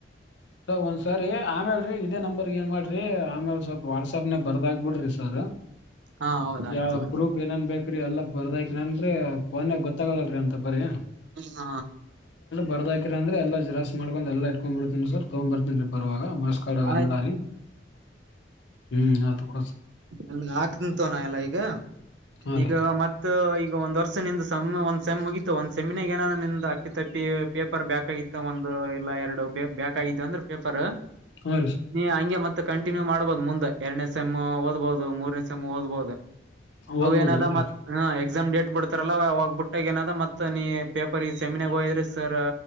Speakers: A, on the left; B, on the right.
A: ಸ ಒಂದ್ಸರಿ ಆಮೇಲ್ ರೀ ಇದೇ ನಂಬರ್ ಏನ್ ಮಾಡ ರೀ ಆಮೇಲೆ ಸ್ವಲ್ಪ ವಾಟ್ಸಪ್ ಪ್ನೆ ಬರ್ದಾಗಬಿಡ್ರಿ ಸರ್
B: ಹಾ ಹೌದ ಆಯ್ತು
A: ಯಾವ ಪ್ರೂಫ್ ಏನೇನ್ ಬೇಕ್ರೀ ಎಲ್ಲ ಬರ್ದ ಏನಂದ್ರೆ ಫೋನಾಗ ಗೊತ್ತಾಗಲ್ಲಲ್ರರಿ ಅಂತಪ್ಪ್ರೀಯಪ್ಕ
B: ಹ
A: ಬರ್ದಕಿ ಅಂದ್ರ ಎಲ್ಲ ಜೆರಾಕಸ್ ಮಾಡಕುಂದ ಎಲ್ಲ ಇಟ್ಕೊಂಡ್ ಬಿಡ್ತನ ಸರ್ ತೊಂಬತ್ಲ್ರಿ ಬರುವಾಗ ಮಸ್ಕಾಡ
B: ಆಯ್ತ
A: ಎಲ್ಲಾರಿ ಹ್ಮ್ ಅದುಕ
B: ಇ ಹಾಕ್ಂತ ನ ಎಲ್ಲ ಈಗ
A: ಹಾ
B: ಈಗ
A: ರೀ
B: ಮತ್ತ ಈಗ ಒಂದ್ ವರ್ಷ ನಿಂದು ಸಮ ಒ ಸೇಮ ಮುಗಿತ ಒಂದ್ಸಮಿನಗಾ ಏನನ ಅಪ್ಪಿ ತಪ್ಪಿ ಪೇಪರ್ ಬ್ಯಾಕ್ಗಿತ್ತು ಒಂದು ಎಲ್ಲ ಎರಡು ಬ್ಯಾಕ್ ಆಗಿದ್ದ ಅಂದ್ರೆ ಪೇಪರ್
A: ಹಾ ರೀ
B: ನೀ ಹಂಗೆ ಮತ್ತ ಕಂಟಿನ್ಯೂ ಮಾಡ್ಬಹುದು ಮುಂದ ಎರಡನೇ ಸೇಮ್ ಓದಬಹದು ಮೂರನೇ ಸೇಮ್ ಓದ್ಬಹುದು
A: ಓದ್ಬೋದೇನ್ರಿ
B: ಅವುಏನದ ಮತ್ತ ಹ್ಮ ಎಕ್ಸ್ ಎಕ್ಸಾಮ್ ಡೇಟ್ ಬಿಡ್ತಾರಲ್ಲ ಅವಾಗ್ಬ ಬಿಟ್ಟಾಗ ಏನದ ಮತ್ತ ನೀ ಪೇಪರ್ ಈ ಸೆಮಿನಾಗ ಹೋಯದ್ರೆ ಸರ್